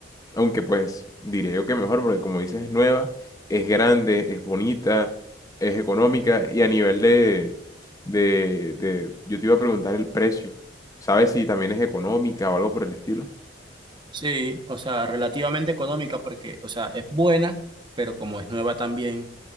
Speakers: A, on the left; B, on the right.
A: Aunque pues diría yo que mejor, porque como dices, es nueva, es grande, es bonita, es económica y a nivel de, de, de- yo te iba a preguntar el precio. ¿Sabes si también es económica o algo por el estilo?
B: Sí, o sea, relativamente económica porque, o sea, es buena, pero como es nueva también,